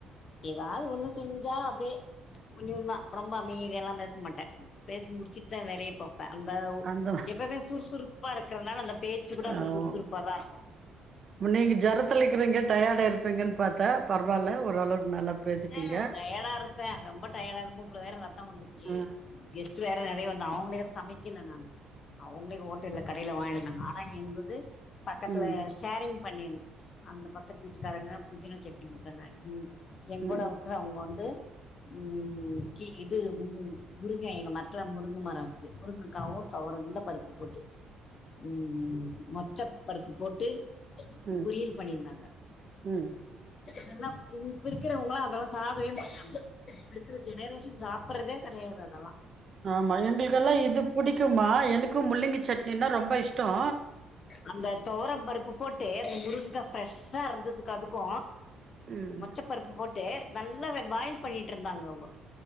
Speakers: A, on the left; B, on the right.
A: ஏவாது ஒன்னு செஞ்சா அப்டியே ஒன்னே ஒன்னா ரொம்ப அமைதியாலா பேச மாட்டே பேசி முடிச்சிட்டுதா வேலைய பாப் அந்த
B: அந்த
A: எப்பவுமே சுறுசுறுப்பா இருக்கறனால அந்த பேச்சு கூட அந்த
B: ஆமா.
A: சுறுசுறுப்பா தா இருக்கு
B: நீங்க ஜொரத்துல இக்குறீங்க டயர்டா இருப்பீங்கன்னு பாத்தா பரவாயில்ல ஓரளவுக்கு நல்லா பேசிட்டீங்க.
A: ஆ டயர்டா இருப்பே ரொம்ப டயர்டாருக்கு மூக்குல வேற ரத்த வந்துருச்சு
B: ம்,
A: கெஸ்ட் வேற நெறைய வந்தா அவங்கள சமைக்கல நா அவுங்களே ஹோட்டல்ல கடைல வாங்கினு வந்தாங்க ஆனா எங்குது பக்கத்துல
B: ம்,
A: ஷேரிங் பண்ணிரு அந்த பக்கத்து வீட்டுக்காரங்க புதினா கட்டு பத்திங்கானா ம் எ
B: ம்,
A: கூட உக்க அவங்க வந்து ம் கி இது ம் முருங்கை எங்க மரத்ல முருங்க மர இருக்து முருங்கக்காவு தொவர இந்த பருப்பு போட்டு ம் மொச்சப்பருப்பு போட்டு
B: ம்,
A: பொரியல் பண்ணியிருந்தாங்க
B: ம்.
A: அதெல்லா இப்ப இருக்கிறவங்களா அதெல்லா சாப்டவே மாட்டாங்க இப்ப இருக்கிற ஜெனரேஷன் சாப்புடறதே கெடையாது அதெல்லா
B: ஆமா எங்களுக்கெல்லா இது பிடிக்குமா எனக்கு முள்ளங்கி சட்னினா ரொம்ப இஷ்ட
A: அந்த தொவர பருப்பு போட்டு அந்த முருங்கா ஃப்ரெஷ்ஷா இருந்ததுக்கு அதுக்கு
B: ம்
A: பச்சப்பருப்பு போட்டு நல்லா பாயில் பண்ணிட்டு இருந்தாங்க அவங்க